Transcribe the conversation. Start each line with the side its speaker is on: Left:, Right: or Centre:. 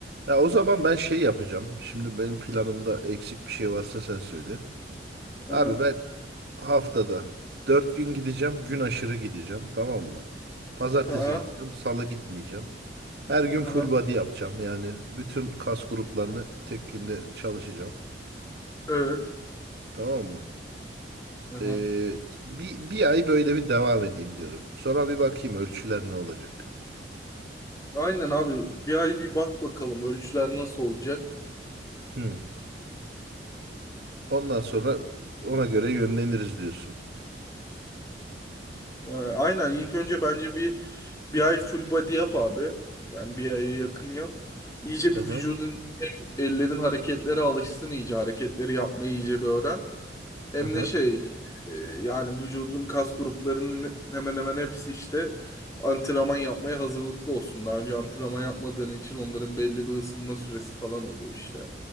Right: Ya o zaman ben şey yapacağım. Şimdi benim planımda eksik bir şey varsa sen söyle. Abi
Left: Aha,
Right: ben haftada 4 gün gideceğim. Gün aşırı gideceğim. Tamam mı? Pazartesi
Left: aha.
Right: gideceğim. Salı gitmeyeceğim. Her gün
Left: Aha,
Right: full body yapacağım. Yani bütün kas gruplarını tek günde çalışacağım.
Left: evet.
Right: Tamam mı?
Left: Aha.
Right: Ee, bir, bir ay böyle bir devam edeyim diyorum. Sonra bir bakayım ölçüler ne olacak.
Left: Aynen abi bir ay bir bak bakalım ölçüler nasıl olacak.
Right: Hı. Ondan sonra ona göre yönleniriz diyorsun.
Left: Ee, aynen ilk önce bence bir bir ay full body yap abi. Yani bir aya yakın yap. İyice
Right: Hı
Left: bir
Right: hı.
Left: vücudun hem ellerin hareketlere alışsın iyice hareketleri yapmayı iyice bir öğren. Hem
Right: Hı hı.
Left: de şey e, yani vücudun kas gruplarının hemen hemen hepsi işte antrenman yapmaya hazırlıklı olsun. Daha önce antrenman yapmadığın için onların belli bir ısınma süresi falan oluyor işte.